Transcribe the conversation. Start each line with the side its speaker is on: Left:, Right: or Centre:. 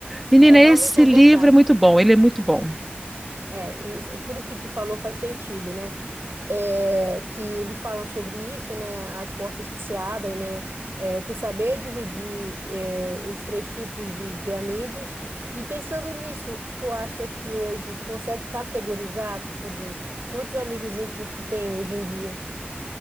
Centre: Menina,
Right: É, realmente
Centre: esse
Right: é
Centre: livro
Right: verdade.
Centre: é muito bom, ele é muito bom.
Right: É, e s- tudo que tu falou faz sentido, né? É, que ele fala sobre isso, né? As portas que se abrem, né? É, tu saber dividir, é, os três tipos de, de amigos. E pensando nisso, tu acha que hoje tu consegue categorizar, por exemplo, quantos amigos íntimos tu tem hoje em dia?